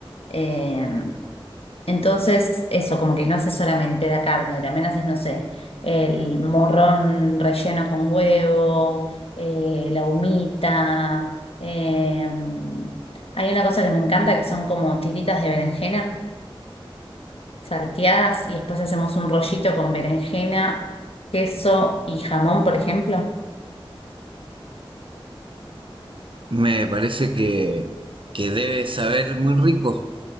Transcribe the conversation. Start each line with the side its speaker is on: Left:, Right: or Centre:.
Left: Eh, entonces, eso, como que no haces solamente la carne, también haces, no sé, el morrón relleno con huevo, eh, la humita. eh, hay una cosa que me encanta que son como tiritas de berenjena salteadas y después hacemos un rollito con berenjena, queso y jamón, por ejemplo.
Right: Me parece que, que debe saber muy rico.